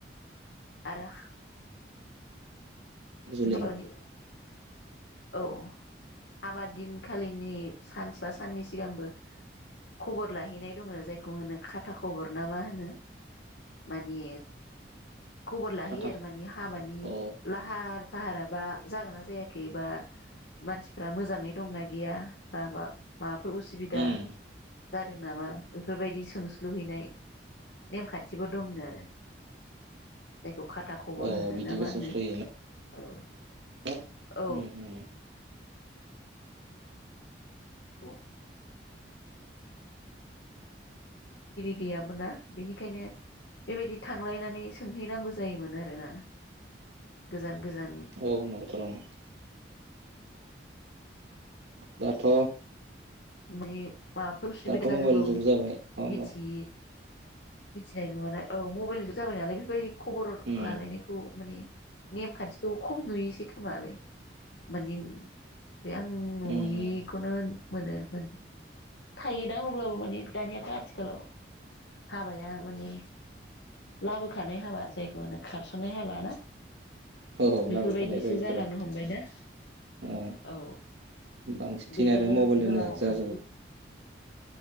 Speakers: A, on the left; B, on the right.
A: आरो
B: जुलि
A: हिनजावनि
B: न'
A: औ हाबा दिनखालिनि सानसे बा साननि सिगांबो खबर लाहैनाय दङो जायखौ होनो खाथा खबर ना मा होनो माने खबर लाहैयो
B: खाथा
A: आरो मानि हाबानि
B: अ
A: लाहार फाहाराबा जागोन ना जायाखै बा मानसिफ्रा मोजाङै दंना गैया बा माबाफोर उसुबिदा
B: उम
A: जादों नामा बेफोर बादि सोंस्लु हैनाय नेम खान्थिबो दंनो आरो जायखौ खाथा ख खबर
B: अ
A: होनो
B: बिदिबो
A: ना मा होनो
B: सोंस्ल'यो
A: औ
B: उम
A: औ
B: होम
A: <inaudible> गैयामोन ना बिनिखायनो बेबायदि थांलायनानै सोंहैनांगौ जायोमोन आरोना गोजान
B: औ
A: गोजान
B: <unintelligible> दाथ'
A: <unintelligible> माबाफोर उसुबिदा
B: दाथ'
A: जादोंबाबो
B: मबाइल जुग जाबाय नङा होमबा
A: मिथि मिथिनाय नुवा औ मबाइल जुग जाबाय नालाय बेबायदि खबर
B: उम
A: लालायनायखौ माने नेमखान्थिखौ खम नुयोसै खोमालाय मानि बे आं नुयिखौनो
B: उम उम
A: मोनो। माने थायोदा अब्लाबो माने दानियाथ आथिखालाव हाबाया माने लाबोखानाय हाबा जायखौ होनो खारसननाय हाबा ना?
B: औ
A: बेफोरबायदिसो
B: लाबोखानाय जायोथ
A: जालांनो
B: आर ओ
A: हमबायना औ
B: बांसिन
A: बेबायदि
B: आरो मबाइल जोंनो जा
A: <unintelligible> औ